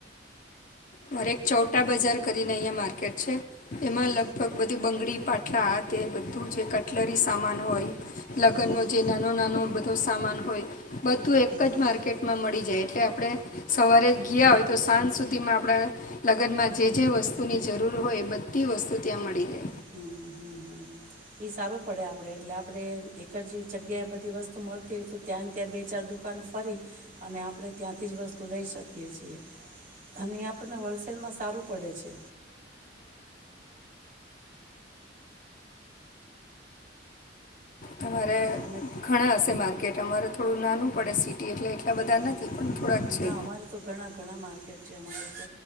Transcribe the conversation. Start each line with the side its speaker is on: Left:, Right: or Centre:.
Left: મારે એક ચોટા બજાર કરીને અહંયા માર્કેટ છે. એમાં
Right: હં
Left: લગભગ બધી બંગડી પાટલા તે બધું જે કટલરી સામાન હોય લગન
Right: હં હં
Left: છે નાનું નાનું તો સામાન હોય. બધું એક જ
Right: હં
Left: માર્કેટમાં મળી જે એટલે આપણે સવારે ગયા હોય તો સાંજ સુધીમાં આપણા લગ્નમાં જે જે વસ્તુની જરૂર હોય એ બધી વસ્તુ ત્યાં મળી રહે.
Right: હમ હમ હમ હમ એ સારું પડે આપણેે એટલે આપણે એક જ જગ્યાએ બધી વસ્તુ મળતી હોય તો ત્યાં ત્યાં બે ચાર દુકાન ફરી અને આપણે ત્યાંથી જ વસ્તુ લઈ શકીએ છીએ અને એ આપણને હોલસેલમાં સારું પડે છે.
Left: તમારે
Right: અમે.
Left: ઘણા હશે માર્કેટ અમારે થોડું નાનું પડે સે. એટલે એટલા બધા
Right: હમ
Left: નથી પણ
Right: હમ
Left: થોરાક
Right: હમ હમ
Left: છે.
Right: ના અમારે તો ઘણા ઘણા માર્કેટ છે અમારે તો